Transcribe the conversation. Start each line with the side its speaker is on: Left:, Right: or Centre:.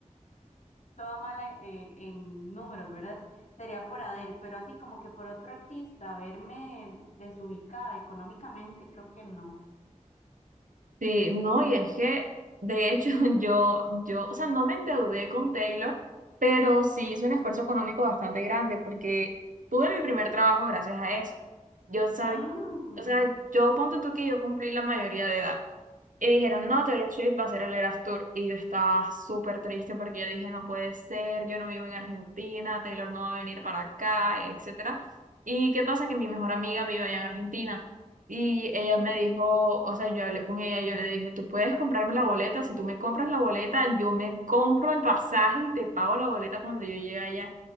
Left: toda mala eh, en números, ¿verdad? Sería por Adele, pero así como que por otro artista, verme desubicada económicamente, creo que no.
Right: Sí, no, y es que, de hecho, <laughs> yo, yo, o sea, no me endeudé con Taylor, pero sí hice un esfuerzo económico bastante grande porque tuve mi primer trabajo gracias a eso. Yo sabía,
Left: Mm,
Right: o sea, yo ponte tú que yo cumplí la mayoría de edad. Y dijeron, no, Taylor Swift va a ser el Eras Tour. Y yo estaba súper triste porque yo dije, no puede ser, yo no vivo en Argentina, Taylor no va a venir para acá, etcétera. ¿Y qué pasa? Que mi mejor amiga vive allá en Argentina. Y ella
Left: ujú,
Right: me dijo, o sea, yo hablé con ella, yo le dije, tú puedes comprarme la boleta, si tú me compras la boleta, yo me compro el pasaje y te pago la boleta cuando yo llegue allá.